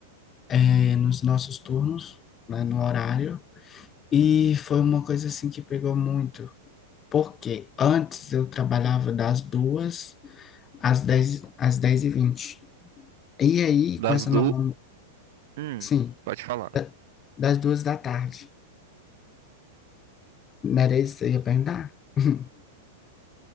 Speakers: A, on the left (about 20°); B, on the right (about 60°).
A: é, nos nossos turnos, né, no horário, e foi uma coisa assim que pegou muito, porque antes eu trabalhava das duas às dez às dez e vinte e aí
B: das
A: com essa
B: do.
A: nova,
B: Hum,
A: sim,
B: pode falar.
A: da- das duas da tarde, não era isso que você ia perguntar? <laughs>